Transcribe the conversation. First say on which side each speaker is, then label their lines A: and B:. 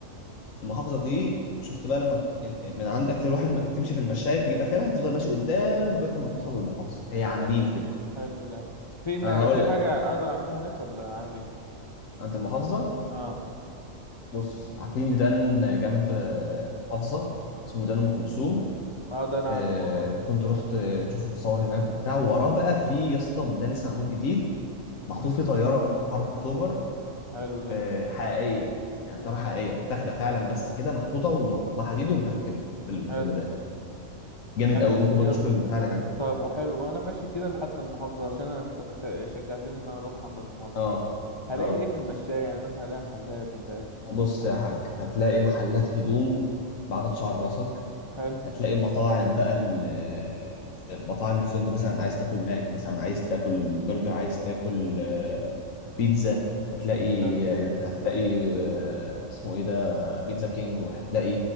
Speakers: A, on the left; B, on the left.
A: المحافظه دي شفت بقى لما ت- من عندك تروح الم... تمشي في المشايه تجيب اخرها تفضل ماشي قدام لغايه لما توصل للمحافظه هي على
B: ح-
A: النيل كده
B: حلو ده في ما
A: انا هقول
B: في
A: لك
B: حاجة اقدر اعملها هناك ولا عادي
A: عند المحافظه
B: اه
A: بص في ميدان جنب محافظه اسمه ميدان ام كلثوم
B: اه ده انا
A: آه،
B: عارفه اه
A: كنت رحت شفت تصور هناك وبتاع وراه بقى في يا اسطى ده لسه معمول جديد محطوط
B: امم
A: فيه طياره من حرب اكتوبر
B: حلو ده
A: آه، حقيقيه يعني
B: امم
A: طياره حقيقيه متاخده فعلا بس كده محطوطه ومحطوط لها حديد ومتركب في الفيلم
B: حلو
A: ده جامد
B: يعني
A: قوي
B: يا-
A: ممكن برضه تشوف البتاع اللي هناك ده.
B: طب وحلو وانا ماشي كده لحد المحافظة عشان أنا- انت خ- شجعتني ان انا اروح عند المحافظة
A: اه
B: هلاقي
A: اه
B: ايه في المشاية يعني مثلا هلاقي محلات مولات ه-
A: بص
B: هلاقي
A: يا حاج هتلاقي محلات هدوم بعدد شعر راسك
B: حلو
A: هتلاقي مطاعم بقى ال- المطاعم اللي في انت مثلا عايز تاكل ماك مثلا عايز تاكل برجر عايز تاكل بيتزا هتلاقي
B: حلو
A: هتلاقي آه، اسمه ايه ده بيتزا كينج وهتلاقي